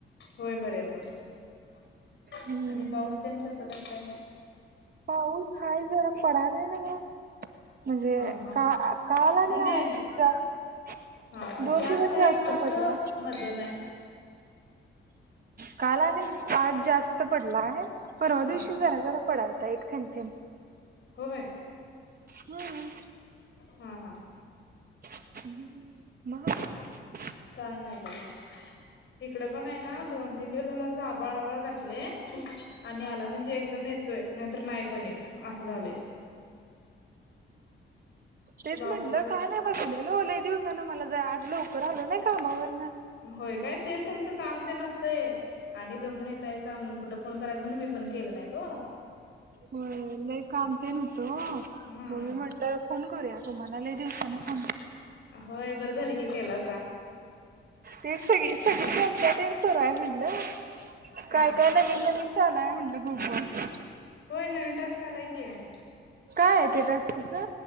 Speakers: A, on the left; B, on the right.
A: होय बरेेत बघा
B: हम्म
A: आणि पाऊस त्यान कसं काय काय
B: पाऊस हाय जरा पडलाय नव्ह म्हणजे
A: हा हा
B: का काल आणि
A: म्हणजे
B: आज जास्त
A: हा हा
B: दोन दिवस
A: आहे
B: जास्त
A: का असं
B: पडला
A: मध्यम आहे?
B: काल आणि आज जास्त पडला आहे परवा
A: हा
B: दिवशी जरा जरा पडाल एक थेंब थेंब
A: हो
B: हम्म
A: हा हा.
B: <unintelligible>
A: काय नाही बगा इकड पण आहे ना दोन तीन दिवस झालं असं आबळा आबळ घातले आणि आला म्हणजे एकदम येतोय, नाहीतर नाही पण येत असं झालंय.
B: तेच
A: ते पावसाचं
B: म्हटलं काय नाही बसलेलं बलाय दिवसान मला आज लवकर आलो नाही कामावर
A: होय काय तेच तुमचं काम तेन असतय आणि दमून येतायसा म्हणून कुठं फोन करायच म्हणून मी पण केलं नाही ओ.
B: हो लई काम तेन न व्हतं ओ,
A: हा
B: मग मी म्हटलं फोन करूया तम्हाला म दिवसांनी फो
A: होय बरं झालं की केलासा
B: तेच सगी सग सुरय म्हणलं
A: हा
B: काय काय नवीन नवीन चालाय म्हणलं गु
A: होय नवीन टास्क आलाय की आहे
B: काय आहे ते टास्कचं